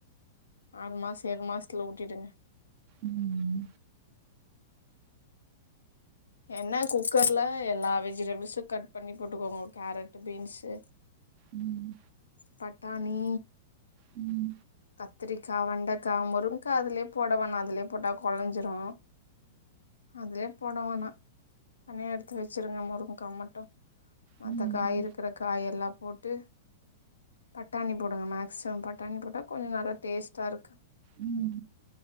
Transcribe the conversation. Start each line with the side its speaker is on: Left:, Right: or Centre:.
Left: ஆறு மாச ஏழு மாசத்துல ஊட்டிடுங்க
Right: ம்
Left: என்ன குக்கர்ல எல்லா வெஜிடபிள்ஸு கட் பண்ணி போட்டுக்கோங்க கேரட் பீன்ஸு
Right: ம்
Left: பட்டாணி
Right: ம்
Left: கத்திரிக்கா வெண்டக்கா முருங்கக்கா அதுலயே போட வேணா அதுலயே போட்டா கொலஞ்சிரு அதுலே போடவேனா தனியா எடுத்து வச்சிருங்க முருங்கக்கா மட்டு மத்த
Right: ம்
Left: காய் இருக்கிற காய் எல்லா போட்டு பட்டாணி போடுங்க மேக்சிமம் பட்டாணி போட்டா கொஞ்ச நல்லா டேஸ்ட்டா இருக்கு
Right: ம்